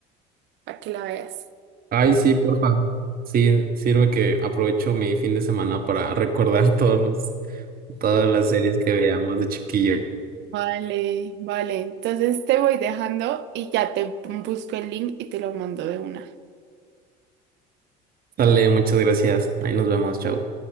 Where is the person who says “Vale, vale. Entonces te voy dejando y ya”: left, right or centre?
Right